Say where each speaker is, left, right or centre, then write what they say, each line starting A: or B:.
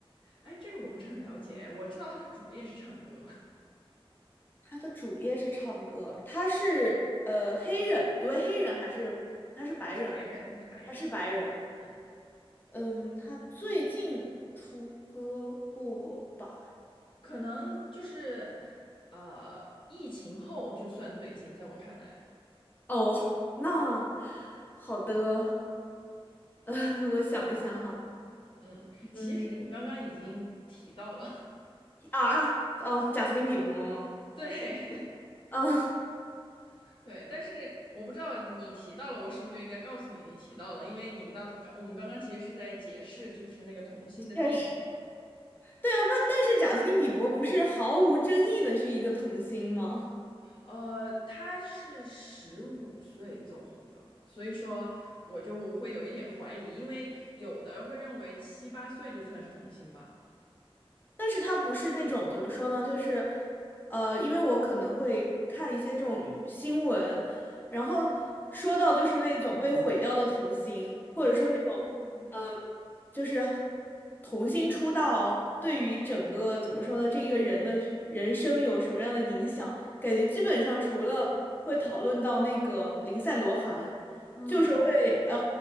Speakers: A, on the left (about 55°); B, on the left (about 20°).
A: 哎，这个我不是很了解，我知道他的主业是唱歌，
B: 他的主业是唱歌，他是呃黑人，一位黑人还是他是白人吗？
A: <laughs> 他是白人，他是白人。
B: 他是白人，
A: 嗯。
B: 嗯，他最近出歌过吧？
A: 可能就是呃，疫情后就算最近，在我看来，
B: 哦，那好的，<laughs> 嗯，我想一想哈，
A: 嗯，其实你刚刚已经提到了，
B: 嗯啊啊哦，贾斯汀比伯吗？
A: <laughs> 对
B: 嗯，
A: <laughs> 对，但是我不知道你提到了，我是不是就应该告诉你你提到了，因为你当刚我们刚刚其实是在解释就是那个童星的定义，
B: 确实，对啊，那但是贾斯汀比伯不是毫无争议的是一个童星吗？
A: 呃，他是十五岁走红的。所以说，我就会有一点怀疑，因为有的会认为七八岁就算是童星吧。
B: 但是它不是那种怎么说呢，就是，呃，因为我可能会看一些这种娱新闻，然后说到就是那种被毁掉的童星，或者说那种，
A: 哦，嗯，
B: 嗯、呃就是童星出道对于整个怎么说呢，这一个人的人生有什么样的影响，感觉基本上除了会讨论到那个林赛罗韩，
A: 嗯，
B: 就是会呃